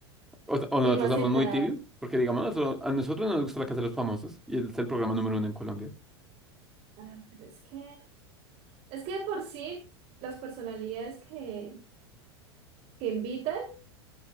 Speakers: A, in the centre; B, on the right (about 50°).
A: O, o
B: Y
A: nosotros
B: no hacen
A: somos muy
B: nada.
A: tibios, porque digamos, nosotros- a nosotros nos gusta la Casa de los Famosos y es el programa número uno en Colombia.
B: Ah, pero es que... Es que de por sí, las personalidades que, que invitan,